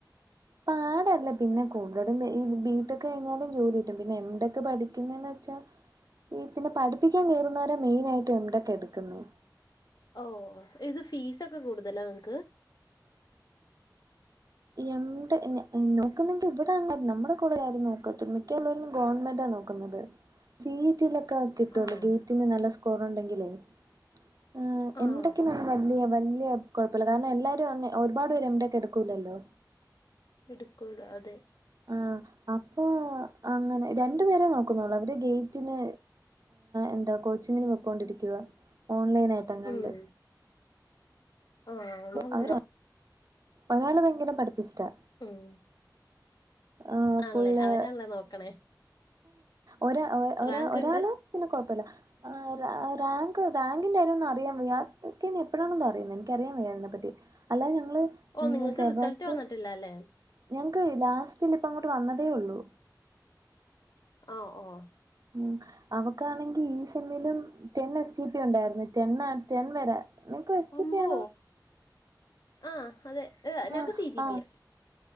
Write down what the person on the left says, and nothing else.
ഓ ഇത് ഫീസ ഒക്കെ കൂടുതലാ നിങ്ങക്ക്.
ആഹ്
ആഹ്
അപ്പൊ
എടുക്കുല അതെ
ഉം ആഹ് നല്ലതാ
ഉം
ആണല്ലേ
അവരാണല്ലേ നോക്കണേ
റാങ്ക്
ഉണ്ട്
ഓ
നിങ്ങൾക്ക്
റിസൾട്ട് വന്നിട്ടില്ല അല്ലേ.
ആ ഓ
അമ്പു
ആഹ അതെ
ഞങ്ങക്ക് സി ജി
പിയാ